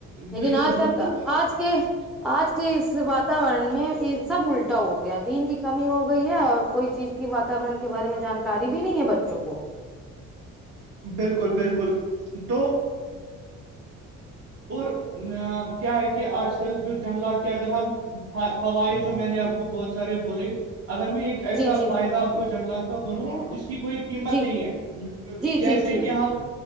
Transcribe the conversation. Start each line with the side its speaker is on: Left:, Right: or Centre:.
Centre: لیکن
Right: بالکل،
Centre: آج تک
Right: بالکل اور
Centre: آج کے آج کے اس بات وورن میں یہ سب الٹا ہو گیا دین کی کمی ہو گئی ہے اور کوئی چیز کی بات وورن کے بارے میں جانکاری بھی نہیں ہے بچوں کو
Right: بالکل بالکل تو اور کیا ہے کہ آج کل جو جنگلات کے اگر ہم فوائد جو میں نے آپ کو بہت سارے بولے اگر میں ایک ایسا
Centre: جی جی
Right: فائدہ آ کو جنگلات کا بولوں جس کی کوئی قیمت
Centre: جی
Right: نہیں ہے
Centre: جی جی
Right: جیسے
Centre: جی
Right: کہ ہم